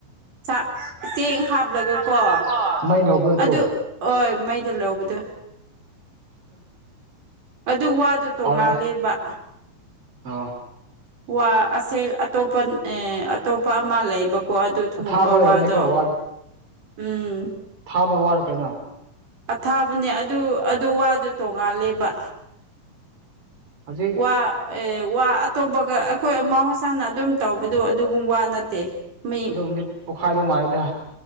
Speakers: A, on the right; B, on the right.
A: ꯆꯥꯛ ꯆꯦꯡ ꯍꯥꯞꯂꯒꯀꯣ
B: ꯍꯥꯞꯂꯒ ꯀꯣ ꯃꯩ ꯂꯧꯕ ꯅꯠꯇ꯭ꯔꯣ
A: ꯑꯗꯨ ꯍꯣꯏ ꯃꯩꯗ ꯂꯧꯕꯗꯨ ꯑꯗꯨ ꯋꯥꯗꯣ ꯇꯣꯡꯉꯥꯜꯂꯦꯕ
B: ꯍꯥꯎꯔꯝ ꯑꯣ
A: ꯋꯥ ꯑꯁꯦꯡ ꯑꯇꯣꯞꯄ ꯑꯦ ꯑꯇꯣꯞꯄ ꯑꯃ ꯂꯩꯕ ꯀꯣ ꯑꯗꯨ ꯊꯣꯡꯕ
B: ꯑꯊꯥꯕ ꯑꯣꯏꯔꯝꯅꯤꯀꯣ
A: ꯋꯥꯗꯣ ꯎꯝ
B: ꯊꯥꯕ ꯋꯥꯔ ꯀꯩꯅꯣ
A: ꯑꯊꯥꯕꯅꯦ ꯑꯗꯨ ꯑꯗꯨ ꯋꯥꯗꯣ ꯇꯣꯡꯉꯥꯜꯂꯦꯕ
B: ꯍꯧꯖꯤꯛ
A: ꯋꯥ ꯋꯥ ꯑꯇꯣꯞꯄꯒ ꯑꯩꯈꯣꯏ ꯃꯍꯧꯁꯥꯅ ꯑꯗꯨꯝ ꯇꯧꯕꯗꯣ ꯑꯗꯨꯒꯨꯝꯕ ꯅꯠꯇꯦ ꯃꯩ
B: ꯑꯗꯨꯝꯗꯤ ꯄꯣꯛꯈꯥꯏꯗꯧ ꯃꯥꯜꯂꯤꯗ